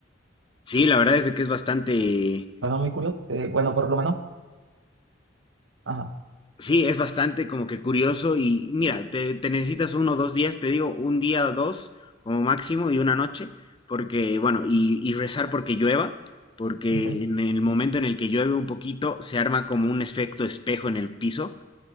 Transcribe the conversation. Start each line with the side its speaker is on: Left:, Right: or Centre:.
Left: Sí, la verdad es de que es bastante,
Right: suena muy curioso. Eh, bueno, por lo menos, ajá,
Left: sí, es bastante como que curioso y mira, te, te necesitas uno o dos días, te digo, un día o dos como máximo y una noche, porque, bueno, y, y rezar porque llueva, porque
Right: <laughs>
Left: en el momento en el que llueve un poquito se arma como un efecto espejo en el piso